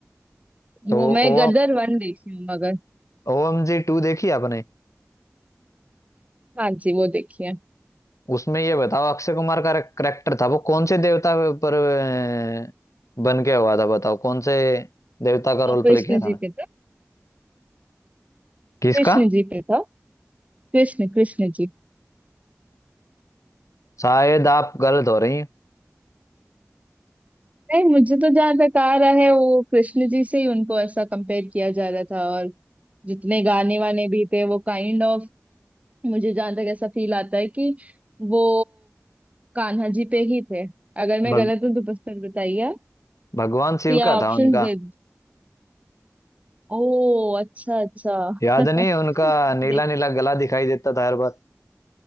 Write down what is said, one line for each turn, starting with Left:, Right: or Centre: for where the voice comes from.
Left: तो
Right: वो मैं
Left: ओ
Right: गदर वन देखी हूँ मगर
Left: ओएम जी टू देखी आपने
Right: हाँ जी वो देखिए
Left: उसमें ये बताओ अक्षय कुमार का करेक्टर था वो कौन से देवता पर अ, बन के हुआ था बताओ कौन से देवता का
Right: और
Left: रोल प्ले
Right: कृष्ण
Left: किया था
Right: जी
Left: ना
Right: पे था
Left: किसका
Right: कृष्ण जी पे था कृष्ण कृष्ण जी
Left: शायद आप गलत हो रही हैं
Right: नहीं मुझे तो जहां तक आ रहा है वो कृष्ण जी से ही उनको ऐसा कंपेयर किया जा रहा था और जितने गाने वाने भी थे वो काइंड ऑफ मुझे जहां तक ऐसा फील आता है कि वो कान्हा जी पे ही थे अगर मैं
Left: भग,
Right: गलत हूँ तो बस पर बताइए आप।
Left: भगवान शिव
Right: तो या
Left: का
Right: ऑप्शंस
Left: था उनका
Right: दे ओ अच्छा अच्छा
Left: याद
Right: <laughs>
Left: नहीं है उनका नीला
Right: देख
Left: नीला गला दिखाई देता था हर बार